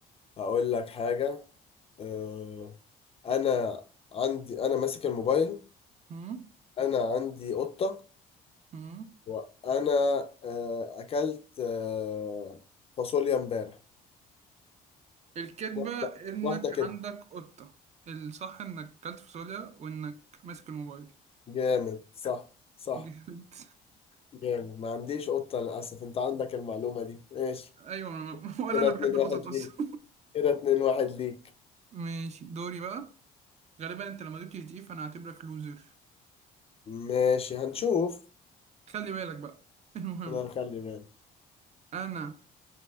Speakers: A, on the left; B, on the right.
A: هقول لك حاجه أه انا عندي انا ماسك الموبايل
B: مم.
A: انا عندي قطه
B: مم.
A: وانا أه اكلت أه فاصوليا امبارح
B: الكذبة
A: واحده
B: انك
A: واحده كده
B: عندك قطة الصح انك كلت فاصوليا وانك ماسك الموبايل
A: جامد صح صح
B: جامد.
A: جامد ما عنديش قطه للاسف انت عندك المعلومه دي ماشي
B: <laughs> ايوه أنا- ولا
A: كده
B: انا
A: اتنين
B: بحب القطط
A: واحد ليك
B: اصلا
A: كده اتنين واحد ليك
B: <laughs> ماشي دوري بقى غالبا انت لما جبتش دي فانا هعتبرك لوزر
A: ماشي هنشوف
B: خلي بالك بقى المهم
A: انا هخلي بالي
B: انا